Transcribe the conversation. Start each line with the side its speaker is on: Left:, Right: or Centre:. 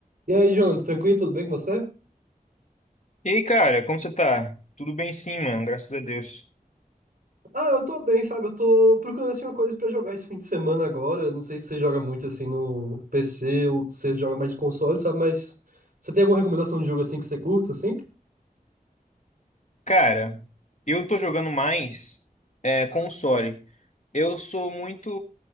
Right: E aí, Jonathan, tranquilo? Tudo bem com você?
Left: E aí, cara, como você tá? Tudo bem sim, mano, graças a Deus.
Right: Ah, eu tô bem, sabe? Eu tô procurando assim uma coisa pra jogar esse fim de semana agora. Não sei se você joga muito assim no PC ou se você joga mais de console, sabe? Mas você tem alguma recomendação de jogo assim que você curta, assim?
Left: Cara, eu tô jogando mais é, console. Eu sou muito,